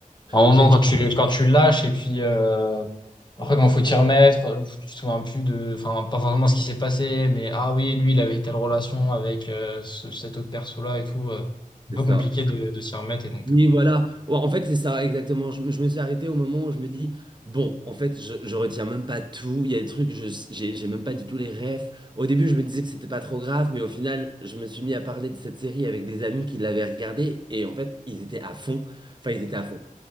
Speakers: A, on the left; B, on the right.
A: À un
B: J'ai
A: moment,
B: dit,
A: quand tu, quand tu lâches et puis euh, après, quand faut t'y remettre, euh, tu te souviens plus de. Enfin, pas forcément ce qui s'est passé, mais ah oui, lui, il avait telle relation avec euh, ce- cet autre perso-là et tout. euh. un
B: c'est
A: peu
B: ça.
A: compliqué de, de s'y remettre et donc,
B: Oui,
A: euh, bon.
B: voilà. Ouais, en fait, c'est ça, exactement. Je, me je me suis arrêté au moment où je me dis, bon, en fait, je, je retiens même pas tout. Il y a des trucs, je, j'ai, j'ai même pas du tout les refs. Au début, je me disais que c'était pas trop grave, mais au final, je me suis mis à parler de cette série avec des amis qui l'avaient regardée, et en fait, ils étaient à fond. Enfin, ils étaient à fond.